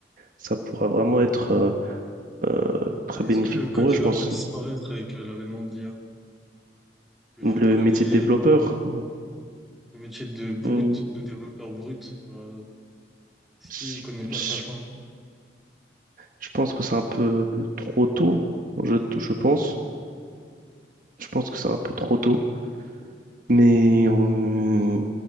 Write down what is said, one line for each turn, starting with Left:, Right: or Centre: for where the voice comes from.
Right: ça pourra vraiment être euh, euh, très
Centre: Est-ce
Right: bénéfique
Centre: que le code,
Right: pour
Centre: il
Right: eux. Je
Centre: va
Right: pense
Centre: pas disparaître avec euh, l'avènement de l'IA? Le
Right: le
Centre: fait de coder,
Right: métier de développeur,
Centre: le métier de brut,
Right: euh,
Centre: de développeur brut, tu vois,
Right: je,
Centre: qui connaît pas
Right: je-
Centre: sa fin?
Right: je pense que c'est un peu trop tôt, je, je pense. Je pense que c'est un peu trop tôt, mais euh,